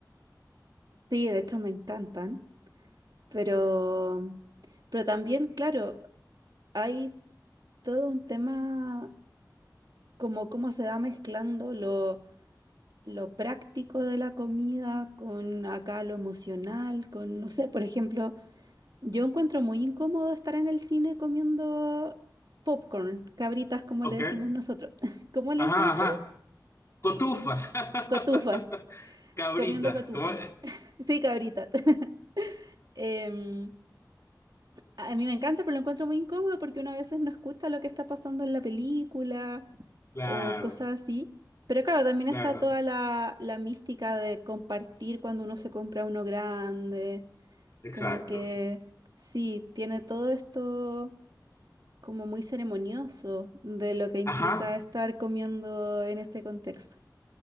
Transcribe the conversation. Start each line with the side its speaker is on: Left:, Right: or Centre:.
Right: Sí, de hecho me encantan, pero, pero también, claro, hay todo un tema como cómo se va mezclando lo, lo práctico de la comida con acá lo emocional, con, no sé, por ejemplo, yo encuentro muy incómodo estar en el cine comiendo popcorn, cabritas como
Left: Ok.
Right: le decimos nosotros. <laughs> ¿Cómo le
Left: Ajá,
Right: dicen ustedes?
Left: ajá. Cotufas.
Right: Cotufas,
Left: <laughs> Cabritas.
Right: comiendo cotufas.
Left: ¿cómo?
Right: <laughs> Sí, cabritas. <laughs> Em, a a mí me encanta, pero lo encuentro muy incómodo porque uno a veces no escucha lo que está pasando en la película
Left: Claro,
Right: o cosas así. Pero claro, también
Left: claro.
Right: está toda la, la mística de compartir cuando uno se compra uno grande.
Left: Exacto.
Right: Como que sí, tiene todo esto como muy ceremonioso de lo que implica
Left: Ajá,
Right: estar comiendo en este contexto.